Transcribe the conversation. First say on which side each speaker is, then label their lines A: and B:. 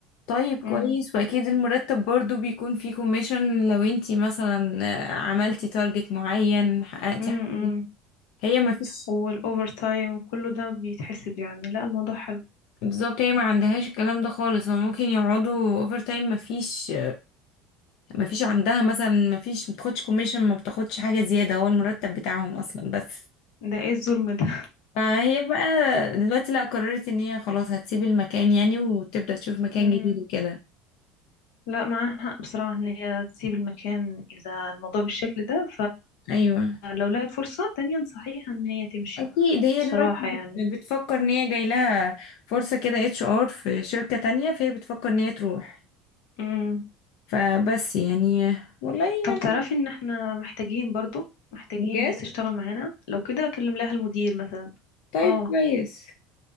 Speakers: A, on the left; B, on the left.
A: طيب كويس
B: امم
A: واكيد المرتب برضو بيكون فيه كوميشن لو انتي مثلا آه، عملتي تارجت معين حققتي
B: امم
A: حاجة هي ما فيش
B: والاوفر تايم كله ده بيتحسب يعني لا الموضوع حلو
A: بالظبط هي ما عندهاش الكلام ده خالص هو ممكن يقعدوا اوفر تايم ما فيش ما فيش عندها مثلا ما فيش ما بتاخدش كوميشن ما بتاخدش حاجة زيادة هو المرتب بتاعهم اصلا بس
B: ده ايه الظلم ده
A: فهي بقى دلوقتي لا قررت ان هي خلاص هتسيب المكان يعني وتبدأ تشوف
B: <laughs>
A: مكان
B: امم
A: جديد وكده
B: لا معاها حق بصراحه ان هي تسيب المكان اذا الموضوع بالشكل ده
A: ايوه
B: لو لقت فرصة تانية نصحيها ان هي تمشي
A: اكيد هي
B: بصراحة
A: دلوقتي بت-
B: يعني
A: بتفكر ان هي جاي لها فرصة كده اتش ار في شركة تانية فهي بتفكر ان هي تروح
B: امم
A: فبس يعني والله
B: طب
A: يعني
B: تعرفي ان احنا محتاجين برضو محتاجين
A: بجد
B: ناس تشتغل معانا لو كده اكلم لها المدير مثلا
A: طيب
B: اه
A: كويس